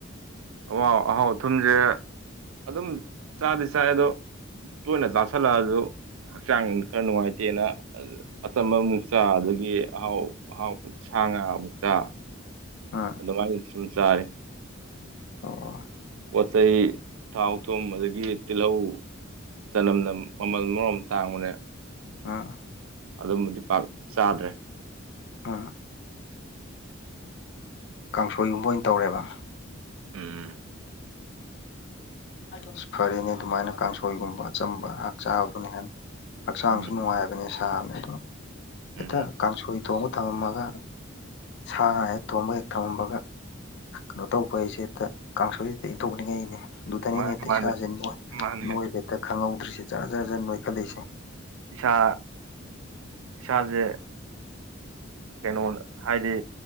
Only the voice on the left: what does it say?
ꯑ
ꯑꯣ
ꯑꯥ
ꯑꯥ ꯀꯥꯡꯁꯣꯏꯒꯨꯝꯕ ꯑꯣꯏꯅ ꯇꯧꯔꯦꯕ
ꯑꯁ ꯐꯔꯦꯅꯦ ꯑꯗꯨꯃꯥꯏꯅ ꯀꯥꯡꯁꯣꯏꯒꯨꯝꯕ ꯑꯆꯝꯕ ꯉꯥꯛ ꯆꯥꯕꯗꯨꯅ ꯍꯦꯟꯅ ꯍꯛꯆꯥꯡꯁꯨ
ꯅꯨꯡꯉꯥꯏꯕꯅꯦ ꯁꯥꯅꯤ ꯑꯗꯣ ꯍꯦꯛꯇ
ꯀꯥꯡꯁꯣꯏ ꯊꯣꯡꯕ ꯊꯝꯃꯝꯃꯒ ꯁꯥ ꯉꯥ ꯍꯦꯛ ꯊꯣꯡꯕ ꯍꯦꯛ ꯊꯝꯃꯝꯕꯒ ꯀꯩꯅꯣ ꯇꯧꯕ ꯍꯥꯏꯁꯦꯗ ꯀꯥꯡꯁꯣꯏꯁꯤꯗ ꯏꯟꯊꯣꯛꯅꯤꯡꯉꯩꯅꯦ ꯑꯗꯨꯗꯅꯤꯅꯦ
ꯏꯁꯥꯁꯦ
ꯅꯣꯏ ꯍꯦꯛꯇ ꯈꯪꯍꯧꯗ꯭ꯔꯤꯁꯦ ꯖꯔ ꯖꯔ ꯖꯔ ꯅꯣꯏꯈꯠꯂꯛꯏꯁꯦ